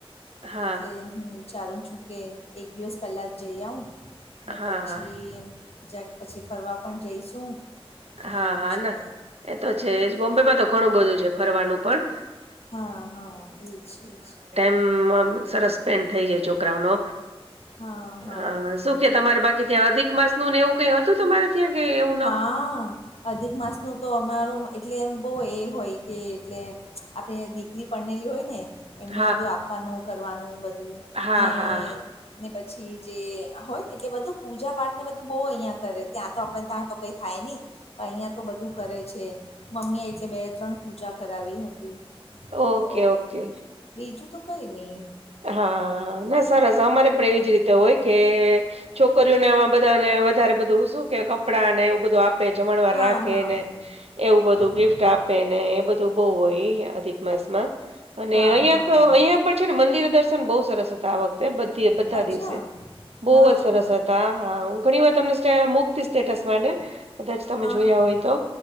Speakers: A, on the right; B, on the left.
A: હા,
B: એટલે હું વિચારું છું કે, એક દિવસ પહેલાં જ જઈ આવું ને,
A: હા,
B: પછી
A: હા,
B: જેક પછી ફરવા પણ જઈશું.
A: હા
B: એવું
A: હા
B: છે
A: ના એતો છેજ બોમ્બેમાં તો ઘણું બધું છે ફરવાનું પણ.
B: હા હા એજ એજ.
A: હમ, મમ સરસ પેન્ડ થઈ જાય છોકરાઓનો
B: હા હા
A: હ શું કે તમારે બાકી ત્યાં અધિક માસનુ ને એવું કઈ હતું તમારે? ત્યાં કે એવુ?
B: હા. અધિક માસનું તો અમારું એટલે એમ બો એ હોય કે એટલે આપણે દી લી પન્નેલી હોય ને એમને
A: હા
B: બધું આપવાનું, કરવાનું બધું
A: હા
B: ને
A: હા
B: ને પછી જે હોય ને એટલે બધું પૂજા પાઠ ને બધું બો અહિયાં કરે ત્યાં તો આપડા તા તો કઈ થાય ની. પણ અહિયા તો બધું કરે છે મમ્મી એટલે બે ત્રણ પૂજા કરાવી હતી
A: ઓકે
B: તો
A: ઓકે
B: બીજું તો કઈ ની
A: હા નેસ સરસ અમારે પણ એવી જ રીતે હોય કે છોકરીઓને આમાં બધાને વધારે બધું શું કે કપ પડા ને એવું બધું આપે જમણવાર
B: હા
A: રાખેને
B: હા
A: એવું બધું
B: હા
A: ગિફ્ટ આપ એને બધું બહુ હોય અધિક માસ માં અને
B: હા
A: અહિયાં
B: હા
A: તો અહિયાં પણ છે ને મંદિર બહુ સરસ હતા આ વખતે બઘી બધા
B: અચ્છા
A: દિવસે બહુ
B: હા
A: જ સરસ
B: હા
A: હતા હા હા હું ઘણી વાર તમને મૂકતી સ્ટેટસ માટે કદાચ તમે જોયા
B: હા
A: હોય તો